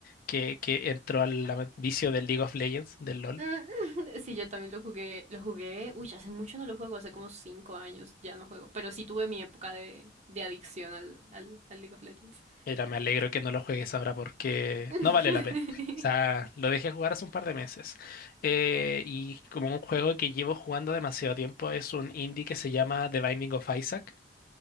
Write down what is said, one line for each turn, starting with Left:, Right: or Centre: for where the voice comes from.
Left: que, que entró al lame- vicio del League of Legends, del LOL.
Right: Mm, <laughs> Sí, yo también lo jugué, lo jugué, uy, hace mucho no lo juego, hace como cinco años ya no juego, pero sí tuve mi época de, de adicción al, al, al League of Legends.
Left: Mira, me alegro que no lo juegues ahora porque
Right: <laughs>
Left: no vale la pena. O sea, lo dejé jugar hace un par de meses. Eh, y como un juego que llevo jugando demasiado tiempo, es un indie que se llama The Binding of Isaac.